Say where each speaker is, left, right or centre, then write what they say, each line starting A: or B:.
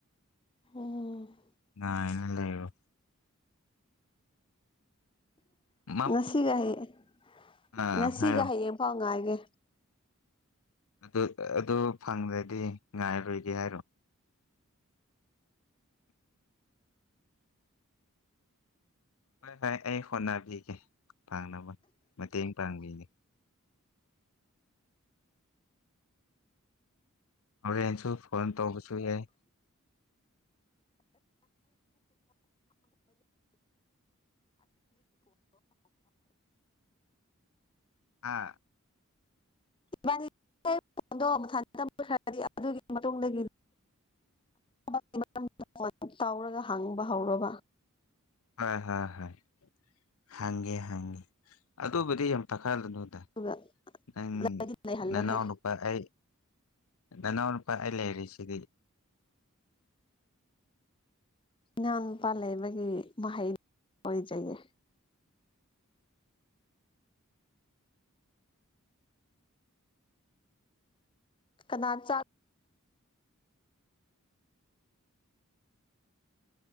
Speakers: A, on the left; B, on the left.
A: <inaudible>
B: ꯉꯥꯏꯔꯒ ꯂꯩꯔꯣ ꯃꯞ
A: ꯉꯁꯤꯒ ꯍꯌꯦꯡ
B: ꯑꯥ
A: ꯉꯁꯤꯒ
B: ꯍꯥꯏꯔꯣ
A: ꯍꯌꯦꯡꯐꯥꯎ ꯉꯥꯏꯒꯦ
B: ꯑꯗꯨ ꯑꯗꯨ ꯐꯪꯗ꯭ꯔꯗꯤ ꯉꯥꯏꯔꯣꯏꯒꯦ ꯍꯥꯏꯔꯣ ꯍꯣꯏ ꯍꯣꯏ ꯑꯩ ꯍꯣꯠꯅꯕꯤꯒꯦ ꯐꯪꯅꯕ ꯃꯇꯦꯡ ꯄꯥꯡꯕꯤꯒꯦ ꯍꯣꯔꯦꯡꯁꯨ ꯐꯣꯟ ꯇꯧꯕꯁꯨ ꯌꯥꯏ ꯑꯥ
A: <unintelligible> ꯑꯗꯨꯒꯤ ꯃꯇꯨꯡꯗꯒꯤ <unintelligible> ꯇꯧꯔꯒ ꯍꯥꯡꯕ ꯍꯧꯔꯣꯕ
B: ꯍꯣꯏ ꯍꯣꯏ ꯍꯣꯏ ꯍꯪꯒꯦ ꯍꯪꯉꯤ ꯑꯗꯨꯕꯨꯗꯤ ꯌꯥꯝ ꯄꯥꯈꯠꯂꯨꯅꯨꯗ
A: ꯑꯗꯨꯒ
B: ꯅꯪ
A: ꯑꯩꯗꯤ ꯂꯩꯍꯜꯂꯣꯍꯦ
B: ꯅꯅꯥꯎꯅꯨ ꯄꯥ ꯑꯩ ꯅꯅꯥꯎꯅꯨꯄꯥ ꯑꯩ ꯂꯩꯔꯤꯁꯤꯗꯤ
A: ꯏꯅꯥꯎ ꯅꯨꯄꯥ ꯂꯩꯕꯒꯤ ꯃꯍꯩ ꯑꯣꯏꯖꯒꯦ ꯀꯅꯥ ꯆꯥꯛ__